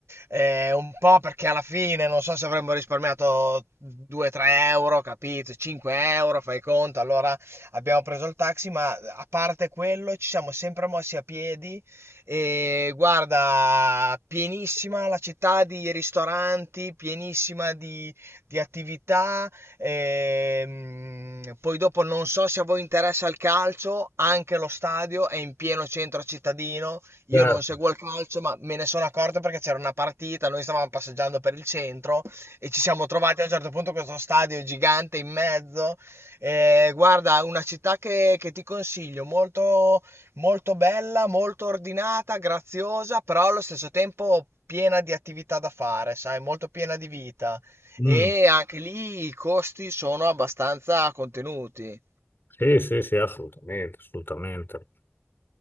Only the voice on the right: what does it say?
Eh, un po' perché alla fine non so se avremmo risparmiato 2-3 euro, capito? 5 euro, fai conto. Allora abbiamo preso il taxi, ma a parte quello ci siamo sempre mossi a piedi e guarda, pienissima la città di ristoranti, pienissima di, di attività. ehm, poi dopo non so se a voi interessa il calcio, anche lo stadio è in pieno centro cittadino. Io
non seguo il calcio, ma me ne sono accorto perché c'era una partita, noi stavamo passeggiando per il centro e ci siamo trovati a un certo punto questo stadio gigante in mezzo eh, guarda, una città che, che ti consiglio, molto, molto bella, molto ordinata, graziosa, però allo stesso tempo piena di attività da fare, sai, molto piena di vita.
E anche lì i costi sono abbastanza contenuti.